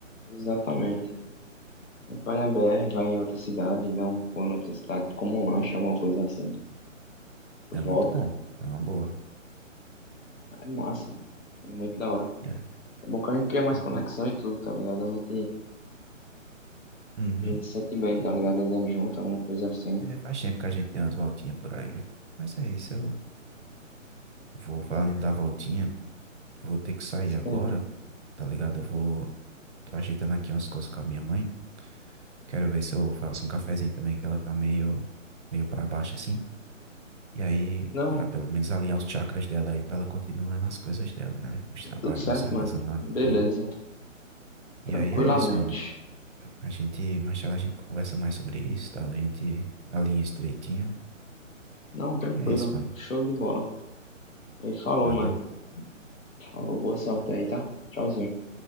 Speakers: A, on the left; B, on the right.
A: Exatamente. Vai na BR, vai em outra cidade, dá um pulo em outra cidade, como um lanche, alguma coisa assim.
B: É muito
A: Volta.
B: bom. É uma boa.
A: É massa, né? É muito da hora.
B: É.
A: É bom que a gente cria mais
B: <laughs>
A: conexão e tudo, tá ligado? A gente,
B: Uhum.
A: a gente se sente bem,
B: É bom.
A: tá ligado? Andando junto, alguma coisa assim.
B: É, faz tempo que a gente tem umas voltinhas por aí. Mas é isso, eu vou falando em dar voltinha. Eu vou ter que sair
A: Isso
B: agora,
A: aí.
B: tá ligado? Eu vou. Tô ajeitando aqui umas coisas com a minha mãe. Quero ver se eu faço um cafezinho também, que ela tá meio, meio pra baixo assim. E aí,
A: Não,
B: pra pelo menos alinhar os chakras dela aí, pra ela continuar nas coisas dela, né? Nos trabalhos,
A: tudo certo,
B: nos artesanatos
A: mano. Beleza.
B: e tudo. E
A: Tranquilamente.
B: aí é isso, mano. A gente, mais tarde a gente conversa mais sobre isso, tá? A gente alinha estreitinho.
A: Não, tranquilo.
B: É isso, mano.
A: Show de bola. E falou,
B: Valeu.
A: mano. Falou, boa sorte aí, tá? Tchauzinho.